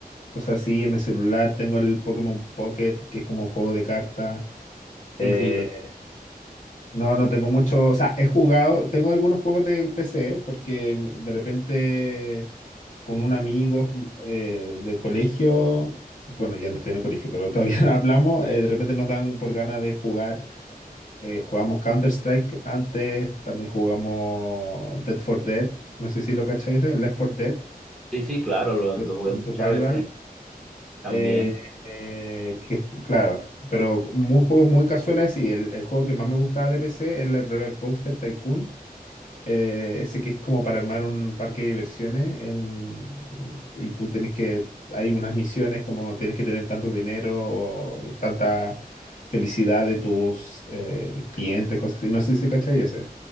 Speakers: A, on the left; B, in the centre.
A: cosas así en el celular. Tengo el Pokémon Pocket, que es como un juego de cartas.
B: Sí,
A: Eh,
B: sí, lo-
A: No, no tengo mucho, o sea, he jugado, tengo algunos juegos de PC porque m- de repente con un amigo eh, del colegio, bueno, ya no estoy en el colegio, pero todavía <laughs> hablamos, eh, de repente nos dan por ganas de jugar, eh, jugamos Counter-Strike antes, también jugamos Dead for Dead, no sé si lo cacháis, eh, Left for Dead,
B: sí, sí, claro, lo,
A: es
B: lo jugué
A: un
B: muchas
A: survival,
B: veces también.
A: eh, eh, que es- claro, pero muy juegos muy casuales y el, el juego que más me gustaba de PC era el Roller Coaster Tycoon eh, ese que es como para armar un parque de diversiones en- y tú tienes que, hay unas misiones como tienes que tener tanto dinero o tanta felicidad de tus eh, clientes, cosas así. No sé si cachai ese.